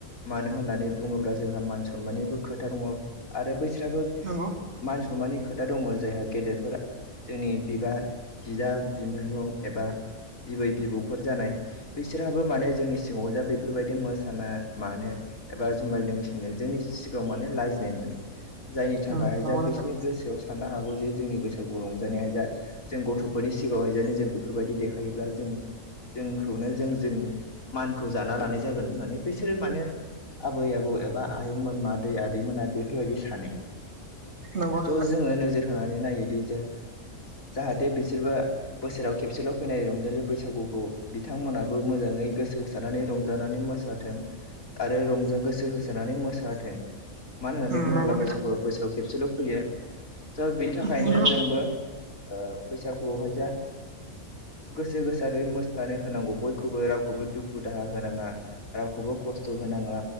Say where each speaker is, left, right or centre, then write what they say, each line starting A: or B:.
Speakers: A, on the left (about 80°); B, on the right (about 50°).
A: मानो होननानै बुङोब्ला जोंहा मान सनमाननिबो खोथा दङ आरो बै स्राबो
B: नंगौ
A: मानसमानि खोथा दङ जायहा गेदेरफोर जोंनि बिबा बिदा बिमायं एबा बिबै बिबौफोर जानाय बिसोरहाबो माने जोंनि सिगाङाव जा बेफोरबायदि मोसानो मानो एबा जुमाय लोंथिंनो जोंनि सिगाङाव माने लाजिनाय मोनो। जायनि थाखाय
B: उम नंगौ
A: जा
B: नोंथां
A: बिसोरनि गोसोआव साननो हागौ जे जोंनि बैसागु रंजानाया जा जों गथफोरनि सिगाङावहाय जेनो जों बेफोरबायदि देखायोब्ला जों जोंखौनो जों जोंनि मानखौ जाना लानाय जागोन होननानै बैसोरो माने आबै आबौ एबा आयंमोन मादै आदैमोना बेफोरबायदि सानो।
B: नंगौ
A: थ' जोङो
B: नोंथां
A: नोजोर होनानै नायोदि जे जाहाथे बिसोरबो बोसोराव खेबसेल' फैनाय रंजालि बैसागुखौ बिथांमोनहाबो मोजां ङै गोसो होसारनानै रंजानानै मोसाथों। आरो रंजा गोसो होसारनानै मोसाथों मानो होननानै
B: उम
A: बुङोब्ला
B: नंगौ नोंथां
A: बैसागु बोसोराव खेबसेल' फैयो स' बिनि थाखायनो
B: नंगौ
A: जोंबो ओ बैसागुहाय जा गोसो गोसारै मोसानो होनांगौ बयखौबो रावखौबो दुखु दाहा होनाङा रावखौबो खस्थ होन- नाङा